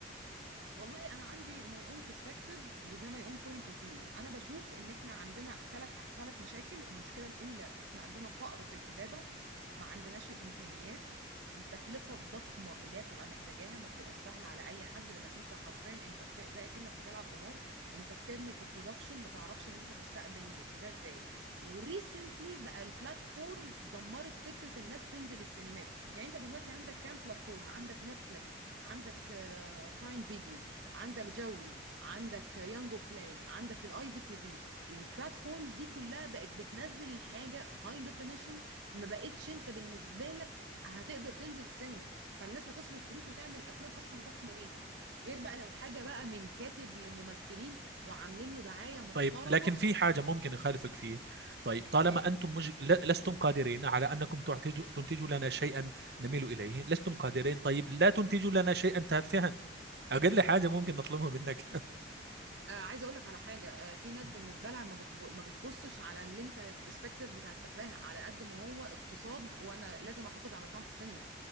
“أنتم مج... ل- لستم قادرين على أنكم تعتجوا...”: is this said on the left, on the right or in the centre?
Right